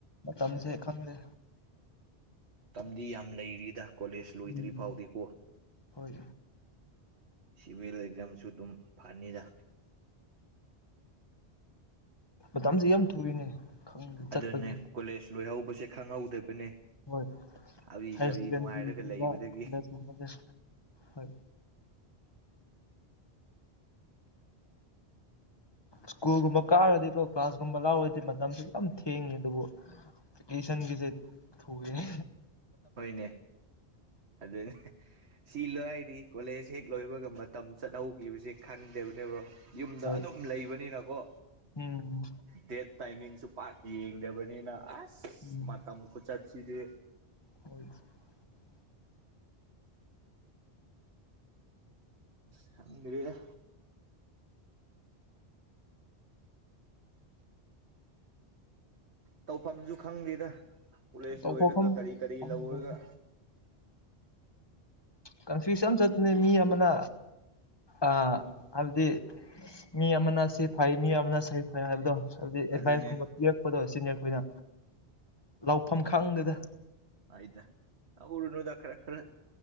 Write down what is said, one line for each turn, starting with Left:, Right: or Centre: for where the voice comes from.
Left: ꯃꯇꯝꯁꯦ ꯈꯪꯗꯦ
Right: ꯃꯇꯝꯗꯤ ꯌꯥꯝ ꯂꯩꯔꯤꯗ ꯀꯣꯂꯦꯖ ꯂꯣꯏꯗ꯭ꯔꯤ
Left: ꯎꯝ
Right: ꯐꯥꯎꯗꯤꯀꯣ
Left: ꯍꯣꯏ
Right: ꯁꯤꯚꯤꯜ ꯑꯦꯛꯖꯥꯝꯁꯨ ꯑꯗꯨꯝ ꯐꯅꯤꯗ
Left: ꯃꯇꯝꯁ ꯌꯥꯝ ꯊꯨꯔꯤꯅꯦ ꯆꯠꯄꯁꯦ
Right: ꯑꯗꯨꯅꯦ ꯀꯣꯂꯦꯖ ꯂꯣꯏꯍꯧꯕꯁꯦ ꯈꯪꯍꯧꯗꯕꯅꯦ
Left: ꯍꯣꯏ
Right: ꯍꯥꯕꯤ
Left: ꯍꯥꯏꯔ
Right: ꯆꯥꯕꯤ
Left: ꯁꯦꯀꯦꯟꯗꯔꯤꯒꯨꯝꯕ
Right: ꯅꯨꯡꯉꯥꯏꯔꯒ ꯂꯩꯕꯗꯒꯤ
Left: ꯀꯂꯦꯖꯀꯨꯝꯕ ꯍꯣꯏ ꯁ꯭ꯀꯨꯜꯒꯨꯝꯕ ꯀꯥꯔꯗꯤꯀꯣ ꯀ꯭ꯂꯥꯁꯀꯨꯝꯕ ꯂꯥꯎꯔꯗꯤ ꯃꯇꯝꯁꯨ ꯌꯥꯝ ꯊꯦꯡꯉꯦ ꯑꯗꯨꯕꯨ ꯕꯦꯀꯦꯁꯟꯒꯤꯁꯤ ꯊꯨꯕꯅꯦ
Right: ꯍꯣꯏꯅꯦ ꯑꯗꯨꯅꯦ ꯁꯤ ꯂꯣꯏꯗꯤ ꯀꯣꯂꯦꯖ ꯍꯦꯛ ꯂꯣꯏꯕꯒ ꯃꯇꯝ ꯆꯠꯍꯧꯈꯤꯕꯁꯦ ꯈꯟꯗꯦꯕꯅꯦꯕꯣ ꯌꯨꯝꯗ
Left: ꯍꯣꯏ
Right: ꯑꯗꯨꯝ ꯂꯩꯕꯅꯤꯅꯀꯣ
Left: ꯎꯝ
Right: ꯗꯦꯠ ꯇꯥꯏꯃꯤꯡꯁꯨ ꯄꯥꯛ ꯌꯦꯡꯗꯕꯅꯤꯅ ꯑꯁ
Left: ꯎꯝ
Right: ꯃꯇꯝ ꯈꯨ ꯆꯠꯁꯤꯗꯤ
Left: <inaudible>
Right: ꯈꯪꯗ꯭ꯔꯦꯗ ꯇꯧꯐꯝꯁꯨ ꯈꯪꯗꯦꯔ ꯀꯣꯂꯦꯖ
Left: ꯇꯧꯊꯣꯛꯐꯝ
Right: ꯂꯣꯏꯔꯒ ꯀꯔꯤ ꯀꯔꯤ
Left: ꯈꯪꯗꯦ
Right: ꯂꯧꯔꯒ
Left: ꯀꯟꯐ꯭ꯌꯨꯁ ꯑꯃ ꯆꯠꯄꯅꯦ ꯃꯤ ꯑꯃꯅ ꯑꯥ ꯍꯥꯏꯕꯗꯤ ꯃꯤ ꯑꯃꯅ ꯁꯤ ꯐꯩ ꯃꯤ ꯑꯃꯅ ꯁꯤ ꯐꯩ ꯍꯥꯏꯕꯗꯣ ꯍꯥꯏꯕꯗꯤ ꯑꯦꯗꯚꯥꯏꯁꯀꯨꯝꯕ
Right: ꯑꯗꯨꯅꯦ
Left: ꯄꯤꯔꯛꯄꯗꯣ ꯁꯤꯅꯤ ꯑꯩꯈꯣꯏꯅ ꯂꯥꯎꯐꯝ ꯈꯪꯗꯦꯗ
Right: ꯍꯥꯏꯗ ꯂꯧꯎꯔꯨꯅꯨꯗ ꯈꯔ ꯈꯔ